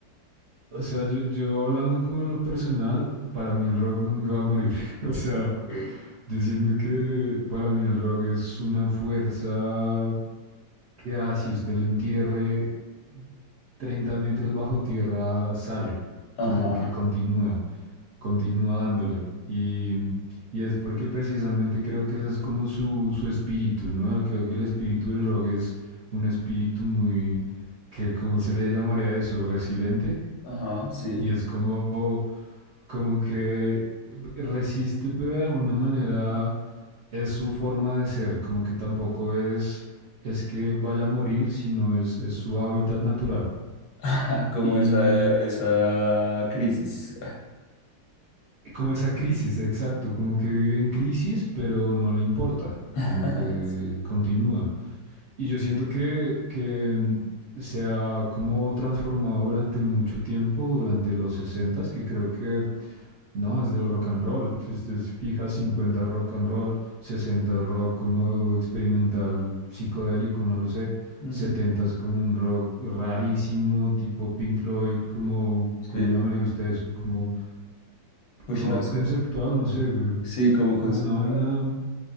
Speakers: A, on the right (about 55°); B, on the left (about 80°).
A: O sea, yo, yo hablando como de lo personal, para mí el rock nunca va a morir. <laughs> O sea,
B: Okay.
A: yo siento que para mí el rock es una fuerza que así usted lo entierre 30 metros bajo tierra, sale,
B: Ajá,
A: como que continúa, continúa dándole. Y, y es porque precisamente creo que ese es como su, su espíritu, ¿no? Creo que el espíritu del rock es un espíritu muy, que, ¿cómo se le llamaría eso? Resiliente.
B: ajá, sí.
A: Y es como, como que resiste, pero de alguna manera es su forma de ser, como que tampoco es, es que vaya a morir, sino es, es su hábitat natural.
B: <laughs> Como
A: Y
B: esa, esa crisis.
A: como esa crisis, exacto, como que vive en crisis, pero no le importa,
B: <laughs>
A: como que
B: Sí.
A: continúa. Y yo siento que, que mm, se ha como transformado durante mucho tiempo, durante los sesentas que creo que No, es del rock and roll. Si usted se fija, 50 rock and roll, 60 rock como experimental, psicodélico, no lo sé. 70
B: ujú,
A: es como un rock rarísimo, tipo Pink Floyd, como, ¿cómo
B: Sí.
A: llamaría usted eso? Como
B: Uy,
A: rock
B: no sé.
A: conceptual, no sé, güey.
B: Sí, como
A: Como
B: concepto.
A: una vaina,